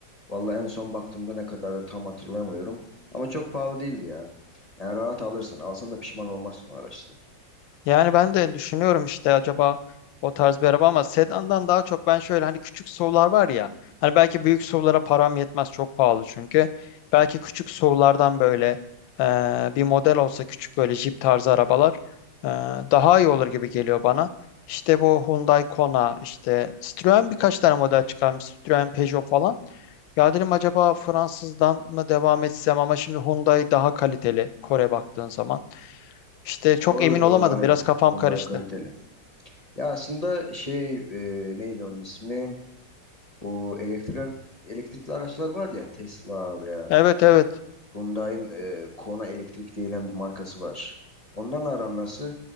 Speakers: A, on the left; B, on the left.
A: vallahi en son baktığımda ne kadardı tam hatırlamıyorum. Ama çok pahalı değildi ya. Yani rahat alırsın. Alsan da pişman olmazsın o araçta.
B: Yani ben de düşünüyorum işte acaba o tarz bir araba ama sedandan daha çok ben şöyle hani küçük SUV'lar var ya hani belki büyük SUV'lara param yetmez çok pahalı çünkü belki küçük SUV'lardan böyle e, bir model olsa küçük böyle Jeep tarzı arabalar e, daha iyi olur gibi geliyor bana. İşte bu Hyundai Kona işte Citroen birkaç tane model çıkarmış Citroen Peugeot falan. Ya dedim acaba Fransızdan mı devam etsem ama şimdi Hyundai daha kaliteli Kore baktığın zaman. İşte çok
A: Doğru
B: emin
A: doğru
B: olamadım.
A: aynen.
B: Biraz kafam
A: Hyundai
B: karıştı.
A: kaliteli. Ya aslında şey e, neydi onun ismi? Bu elektrik elektrikli araçlar var ya Tesla veya
B: Evet evet.
A: Hyundai'nin e, Kona Elektrik diyen bir markası var. Onlarla aran nasıl?